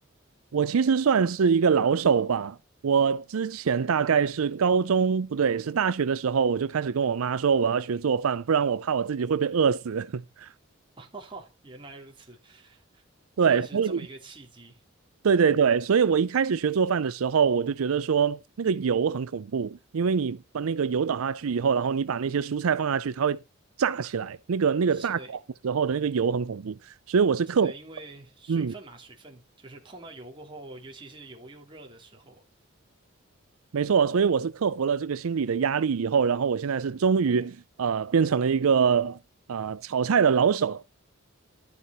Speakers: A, on the right (about 80°); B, on the right (about 25°).
A: 我其实算是一个老手吧。我之前大概是高中，不对，是大学的时候，我就开始跟我妈说我要学做饭，不然我怕我自己会被饿死。<laughs>
B: <laughs> 哈哈，原来如此，
A: 对，
B: 所以是这么一个契机。
A: 所以对对对，所以我一开始学做饭的时候，我就觉得说那个油很恐怖，因为你把那个油倒下去以后，然后你把那些蔬菜放下去，它会炸起来，那个那个炸起来的时候的那个油很恐怖，
B: 是的，
A: 所以我是克服。
B: 是的，因为水分嘛，
A: 嗯。
B: 水分就是碰到油过后，尤其是油又热的时候，
A: 没错，所以我是克服了这个心理的压力以后，然后我现在是终于呃变成了一个呃炒菜的老手。